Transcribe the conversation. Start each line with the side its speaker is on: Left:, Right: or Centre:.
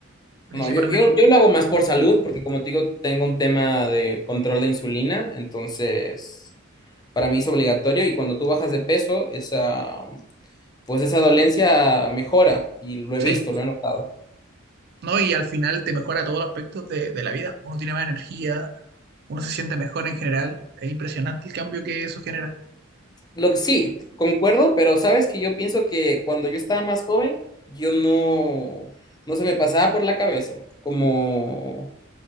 Right: principalmente.
Left: No, yo, yo, yo lo hago más por salud, porque como te digo, tengo un tema de control de insulina, entonces para mí es obligatorio y cuando tú bajas de peso, esa, pues esa dolencia mejora y lo he
Right: Sí.
Left: visto, lo he notado.
Right: ¿no? Y al final te mejora todos los aspectos de, de la vida. Uno tiene más energía, uno se siente mejor en general. Es impresionante el cambio que eso genera.
Left: Lo que sí, concuerdo, pero sabes que yo pienso que cuando yo estaba más joven, yo no, no se me pasaba por la cabeza, como,